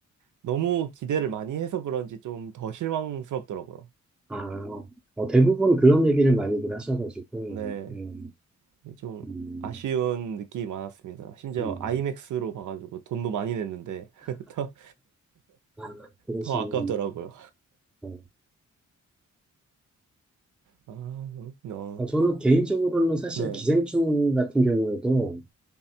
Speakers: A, on the right; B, in the centre.
A: 너무 기대를 많이 해서 그런지 좀 더 실망스럽더라고요.
B: 아, 어, 대부분 그런 얘기를 많이들 하셔가지고,
A: 네.
B: 예,
A: 네, 좀
B: 음,
A: 아쉬운 느낌이 많았습니다. 심지어
B: 음,
A: 아이맥스로 봐가지고 돈도 많이 냈는데 <laughs> 더,
B: 아, 그러시면,
A: 더 아깝더라고요.
B: 어,
A: 아, 그렇구나.
B: 어, 저는 개인적으로는 사실
A: 네.
B: 기생충 같은 경우에도